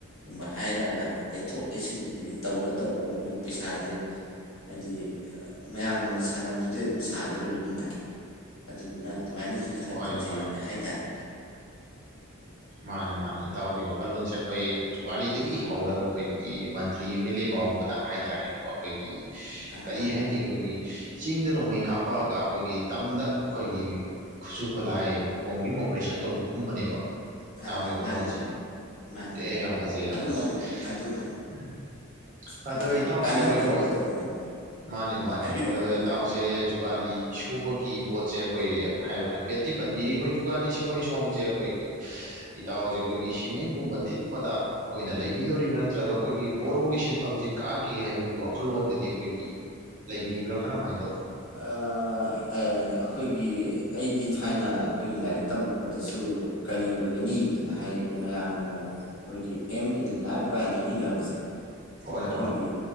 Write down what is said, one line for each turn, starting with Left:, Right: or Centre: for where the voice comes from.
Left: ꯨꯃ ꯍꯥꯏꯔꯒ ꯂꯩꯊꯣꯛ ꯂꯩꯁꯤꯟꯖꯦ ꯇꯧꯔ ꯇꯧꯔꯒ ꯑꯈꯣꯏꯒꯤ ꯄꯩꯁꯥꯖꯦ ꯍꯥꯏꯗꯤ ꯃꯌꯥꯝꯅ ꯁꯥꯟꯅꯕꯗꯨꯗꯤ ꯑꯗꯨꯝ ꯁꯥꯗꯣꯔꯤꯕꯅꯤꯅ ꯑꯗꯨꯗꯨꯅ ꯑꯗꯨꯃꯥꯏꯅꯖꯨ ꯈꯔ
Right: ꯍꯣꯏ
Left: ꯇꯧꯖꯩꯅ
Right: ꯍꯣꯏ
Left: ꯍꯥꯏꯇꯔꯦ
Right: ꯃꯥꯅꯦ ꯃꯥꯅꯦ ꯏꯇꯥꯎꯒꯤ ꯋꯥꯈꯜꯂꯣꯟꯁꯦ ꯑꯈꯣꯏ ꯖꯣꯒꯥꯂꯤꯗꯒꯤ
Left: ꯎꯝ
Right: ꯍꯧꯔꯒ ꯑꯈꯣꯏꯒꯤ ꯃꯟꯇ꯭ꯔꯤ ꯑꯦꯝ ꯑꯦꯜ ꯑꯦ ꯕꯥꯎꯕꯗ ꯍꯥꯏꯇꯥꯔꯦꯅꯦꯀꯣ ꯑꯈꯣꯏꯒꯤ
Left: ꯑꯥ
Right: ꯀꯔꯤ
Left: ꯑꯥ
Right: ꯍꯥꯏꯅꯤ ꯑꯈꯣꯏꯒꯤ ꯆꯤꯡꯗ ꯅꯣꯡꯃꯩ ꯀꯥꯞꯄꯛꯑꯒ ꯑꯈꯣꯏꯒꯤ ꯇꯝꯗ ꯑꯈꯣꯏꯒꯤ ꯈꯨꯠꯁꯨ ꯈꯨꯠꯂꯥꯏ ꯀꯣꯝꯕꯤꯡ ꯑꯣꯄꯦꯔꯦꯁꯟ ꯇꯧꯕꯒꯨꯝꯕꯅꯦꯕ ꯇꯥꯎꯒꯤ
Left: ꯑꯥ ꯑꯥ
Right: ꯋꯥꯈꯜꯂꯣꯟꯁꯦ
Left: ꯃꯥꯅꯤ ꯃꯥꯅꯤ ꯃꯥꯅꯤ
Right: ꯑꯦ
Left: ꯃꯥꯅꯤ
Right: ꯌꯥꯝ ꯐꯖꯩ ꯌꯥꯝ
Left: ꯑꯗꯨꯃꯛꯅꯤ
Right: ꯐꯖꯩ
Left: ꯑꯗꯨꯃꯛꯅꯤ
Right: ꯎꯝ
Left: ꯍꯥꯏꯗꯤ
Right: ꯑꯗꯣ ꯏꯇꯥꯎꯁꯦ
Left: ꯀꯥꯟꯅꯕ
Right: ꯑꯈꯣꯏ
Left: ꯂꯧꯒꯗꯕꯅꯤ
Right: ꯍꯣꯏ ꯃꯥꯅꯤ
Left: ꯑꯣ
Right: ꯃꯥꯅꯤ
Left: ꯍꯥꯏꯕꯤꯔꯣ
Right: ꯑꯗꯣ
Left: ꯍꯥꯏꯕꯤꯔꯣ
Right: ꯏꯇꯥꯎꯁꯦ ꯖꯨꯛ ꯒꯥꯂꯤ ꯁꯨꯕꯒꯤ ꯄꯣꯠꯁꯦ ꯑꯈꯣꯏ ꯍꯥꯏ ꯍꯥꯢꯐꯦꯠꯇꯤ ꯄꯟꯕꯤꯔꯤ ꯑꯈꯣꯏ ꯖꯨꯒꯥꯂꯤꯁꯦ ꯑꯈꯣꯏ ꯁꯣꯝꯖꯦ ꯑꯈꯣꯏꯒꯤ ꯏꯇꯥꯎꯖꯦ ꯑꯈꯣꯏꯒꯤ ꯁꯤꯃꯦꯟꯠꯒꯨꯝꯕ ꯊꯤꯠꯄꯗ ꯑꯣꯏꯅ ꯂꯩꯕꯤꯗꯣꯔꯤꯕ꯭ꯔꯥ ꯅꯠꯇ꯭ꯔꯒ ꯑꯈꯣꯏꯒꯤ ꯕꯣꯔꯣꯒꯤ ꯁꯤꯟꯐꯝꯖꯤ ꯀꯥꯒꯦ ꯍꯥꯏꯕꯒꯤ ꯋꯥꯈꯜꯂꯣꯟꯒꯗꯤ ꯑꯈꯣꯏꯒꯤ ꯂꯩꯕꯤꯕ꯭ꯔꯥ ꯀꯔꯝꯃꯥꯢ ꯇꯧ
Left: ꯑ ꯑꯩ ꯑꯈꯣꯏꯒꯤ ꯑꯩꯗꯤ ꯊꯥꯏꯅ ꯑꯈꯣꯏꯒꯤ ꯂꯥꯏꯔꯤꯛ ꯇꯝꯃꯛꯄꯗꯁꯨ ꯀꯔꯤ ꯑꯣꯏꯒꯅꯤ ꯍꯥꯏꯌꯦ ꯃꯌꯥꯝꯅꯒ ꯑꯈꯣꯏꯒꯤ ꯑꯦꯝ ꯏꯟ ꯂꯥꯏꯐ ꯀꯥꯏꯅ ꯏꯅꯕꯖꯦ
Right: ꯍꯣꯏ
Left: ꯑꯈꯣꯏꯒꯤ
Right: ꯍꯣꯏ